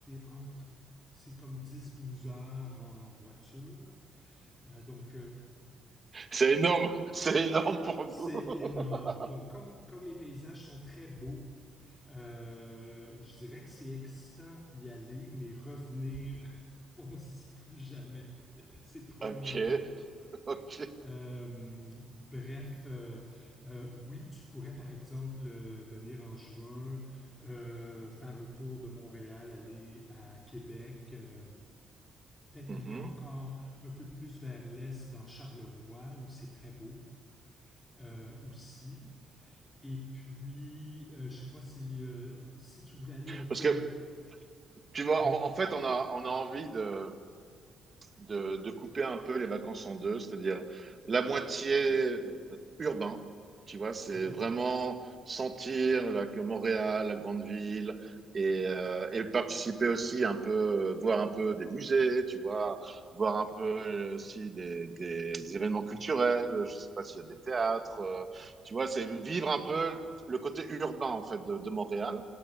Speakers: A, on the left; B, on the right.
A: entre... C'est comme dix douze heures en voiture. Euh, donc, euh,
B: C'est énorme, <laughs> c'est énorme pour
A: c'est
B: nous.
A: énorme.
B: <laughs>
A: Donc, comme, comme les paysages sont très beaux, Euh, je dirais que c'est excitant y aller, mais revenir, <laughs> on se dit plus jamais. <laughs> c'est trop
B: ok,
A: loin.
B: ok.
A: Euh, bref, euh, euh, oui, tu pourrais par exemple euh, venir en juin, euh, faire le tour de Montréal, aller à Québec. euh, Peut-être
B: Mhm.
A: aller encore un peu plus vers l'est dans Charlevoix où c'est très beau euh, aussi. Et puis, euh, je sais pas si, euh, si tu voulais aller un peu
B: Parce que
A: dans...
B: tu vois,
A: Oui.
B: en, en fait, on a on a envie de de, de couper un peu les vacances en deux, c'est-à-dire la moitié urbain, tu vois, c'est
A: Oui,
B: vraiment sentir là, que Montréal, la grande ville, et, euh, et participer aussi un peu, euh, voir un peu des musées, tu vois, voir un peu euh, aussi des, des, des événements culturels, je sais pas s'il y a des théâtres, euh, tu vois, c'est vivre un peu le côté urbain en fait de, de Montréal,